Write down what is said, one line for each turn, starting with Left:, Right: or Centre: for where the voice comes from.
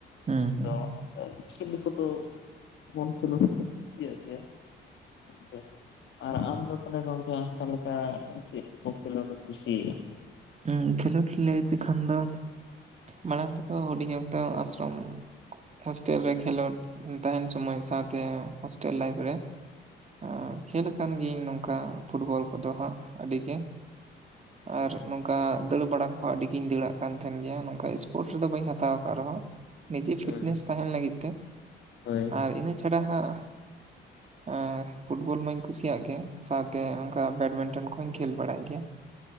Right: ᱦᱩᱸ ᱦᱩᱸ
Left: <inaudible> ᱠᱷᱮᱞ ᱠᱚᱫᱚ ᱢᱚᱱ ᱛᱮ ᱫᱚ <inaudible> ᱠᱩᱥᱟᱜ ᱜᱮᱭᱟ ᱦᱳᱭ ᱥᱮ᱾ ᱟᱨ ᱟᱢ ᱫᱚ ᱛᱟᱦᱚᱞᱮ ᱜᱚᱝᱠᱮ ᱟᱢ ᱚᱠᱟ ᱞᱮᱠᱟ ᱪᱮᱫ ᱠᱚ ᱠᱷᱮᱞᱚᱸᱰ ᱮᱢ ᱠᱩᱥᱤᱭᱟᱜᱼᱟ?
Right: ᱦᱮᱸ, ᱠᱷᱮᱞᱳᱰ ᱞᱟᱹᱭ ᱛᱮ ᱠᱷᱟᱱ ᱫᱚ ᱢᱟᱲᱟᱝ ᱛᱮᱫᱚ, ᱦᱩᱰᱤᱧ ᱚᱠᱛᱚ ᱟᱥᱨᱚᱢ ᱦᱳᱥᱴᱮᱞ ᱨᱮ ᱠᱷᱮᱞᱳᱰ ᱛᱟᱦᱮᱱ ᱥᱚᱢᱚᱭ, ᱥᱟᱶᱛᱮ ᱦᱳᱥᱴᱮᱞ ᱞᱟᱭᱤᱯᱷ ᱨᱮ ᱟᱨ ᱠᱷᱮᱞ ᱟᱠᱟᱱ ᱜᱤᱭᱟᱹᱧ ᱱᱚᱝᱠᱟ ᱯᱷᱩᱴᱵᱚᱞ ᱠᱚᱫᱚ ᱦᱟᱸᱜ᱾ ᱟᱹᱰᱤ ᱜᱮ ᱟᱨ ᱱᱚᱝᱠᱟ ᱫᱟᱹᱲ ᱵᱟᱲᱟ ᱠᱚᱦᱚᱸ ᱟᱹᱰᱤ ᱜᱤᱧ ᱫᱟᱹᱲᱟᱜ ᱠᱟᱱ ᱛᱟᱦᱮᱱ ᱜᱮᱭᱟ, ᱱᱚᱝᱠᱟ ᱯᱳᱨᱴᱥ ᱨᱮᱫᱚ ᱵᱟᱹᱧ ᱦᱟᱛᱟᱣ ᱟᱠᱟᱫ ᱨᱮᱦᱚᱸ, ᱱᱤᱡᱮ ᱯᱷᱤᱴᱱᱮᱥ
Left: ᱦᱮᱸ
Right: ᱛᱟᱦᱮᱱ ᱞᱟᱹᱜᱤᱫ ᱛᱮ
Left: ᱦᱳᱭ
Right: ᱟᱨ ᱤᱱᱟᱹ ᱪᱷᱟᱰᱟ ᱦᱟᱜ ᱮᱸᱻ ᱯᱷᱩᱴᱵᱚᱞ ᱢᱟᱧ ᱠᱩᱥᱤᱭᱟᱜ ᱜᱮ ᱥᱟᱶᱛᱮ ᱚᱱᱠᱟ ᱵᱮᱰᱢᱤᱱᱴᱚᱱ ᱠᱚᱦᱚᱸᱧ ᱠᱷᱮᱞ ᱵᱟᱲᱟᱜ ᱜᱮᱭᱟ।